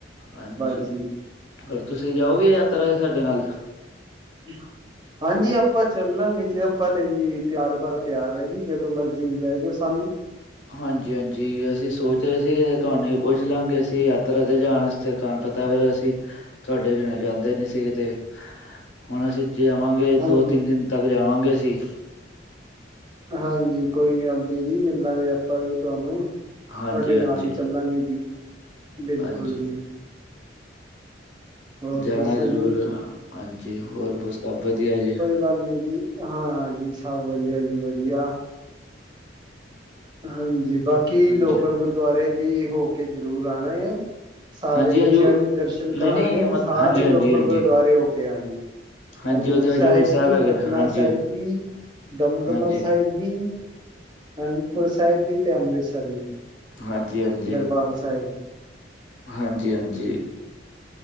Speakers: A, on the left (about 80°); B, on the right (about 25°).
A: ਹਾਂਜੀ,
B: ਬਸ ਜੀ
A: ਹੋਰ ਤੁਸੀਂ ਜਾਓਗੇ ਯਾਤਰਾ ਦੇ ਸਾਡੇ ਨਾਲ?
B: <inaudible> ਹਾਂਜੀ ਆਪਾਂ ਚੱਲਾਂਗੇ, ਜੇ ਆਪਾਂ ਤੇ ਜੀ ਤਿਆਰ ਬਰ ਤਿਆਰ ਹੈ ਜੀ, ਜਦੋਂ ਮਰਜੀ ਲਹਿ ਜਾਓ ਸਾਨੂੰ।
A: ਹਾਂਜੀ- ਹਾਂਜੀ, ਅਸੀਂ ਸੋਚ ਰਹੇ ਸੀਗੇ ਤੁਹਾਨੂੰ ਵੀ ਪੁੱਛ- ਲਾਂਗੇ ਅਸੀਂ ਯਾਤਰਾ ਤੇ ਜਾਣ ਤੇ ਤੁਹਾਨੂੰ ਪਤਾ ਫੇਰ ਅਸੀਂ, ਤੁਹਾਡੇ ਬਿਨਾਂ ਜਾਂਦੇ ਨੀ ਸੀ ਕਿਤੇ, ਹੁਣ ਅਸੀਂ ਜੇਵਾਂਗੇ ਤੇ
B: ਹਾਂਜੀ
A: ਦੋ -ਤਿੰਨ ਦਿਨ ਤੱਕ ਜਾਵਾਂਗੇ ਅਸੀਂ
B: ਹਾਂਜੀ ਕੋਈ ਗੱਲ ਨਹੀਂ ਜੀ ਮਿਲਾਂਗੇ ਆਪਾਂ ਵੀ ਤੁਹਾਨੂੰ।
A: ਹਾਂਜੀ
B: ਤੁਹਾਡੇ ਨਾਲ
A: ਹਾਂਜੀ
B: ਹੀ ਚੱਲਾਂਗੇ ਜੀ, ਬਿਲਕੁਲ
A: ਹਾਂਜੀ
B: ਜੀ। ਹੋਰ
A: ਜਾਣਾ
B: ਦੱਸੋ
A: ਜ਼ਰੂਰ
B: ਜੀ
A: ਐ, ਹਾਂਜੀ ਹੋਰ ਬਹੁਤ ਸਭ ਵਧੀਆ ਜੀ।
B: ਕਰ ਲੋ ਜੀ ਹਾਂ ਜੀ ਸਭ ਵਧੀਆ ਜੀ ਵਧੀਆ। ਹਾਂਜੀ ਬਾਕੀ
A: ਹਾਂਜੀ
B: ਲੋਕਲ ਗੁਰਦੁਆਰੇ ਵੀ ਹੋ ਕੇ ਜਰੂਰ ਆਣਾ ਐ। ਸਾਰੇ
A: ਹਾਂਜੀ
B: ਬੱਚਿਆਂ
A: ਹਜੂ
B: ਨੂੰ ਦਰਸ਼ਨ ਕਰਾਣੇ
A: ਨਹੀਂ ਨਹੀਂ
B: ਆ
A: ਮ
B: ਸਾਰੇ
A: ਹਾਂਜੀ
B: ਲੋਕਲ
A: ਹਾਂਜੀ ਹਾਂਜੀ
B: ਗੁਰਦੁਆਰੇ ਹੋ ਕੇ ਆਣੇ ਐ।
A: ਹਾਂਜੀ
B: ਹਜ਼ੂਰ
A: ਉਹ ਤੇ
B: ਸਾਹਿਬ ਬੀ,
A: ਹੈਗੇ
B: ਪਟਨਾ
A: ਨੇ ਹਾਂਜੀ
B: ਸਾਹਿਬ ਬੀ ਦਮਦਮਾ
A: ਹਾਂਜੀ
B: ਸਾਹਿਬ ਬੀ ਆਨੰਦਪੁਰ ਸਾਹਿਬ ਵੀ ਤੇ ਅੰਮ੍ਰਿਤਸਰ ਵੀ।
A: ਹਾਂਜੀ ਹਾਂਜੀ,
B: ਦਰਬਾਰ ਸਾਹਿਬ
A: ਹਾਂਜੀ ਹਾਂਜੀ।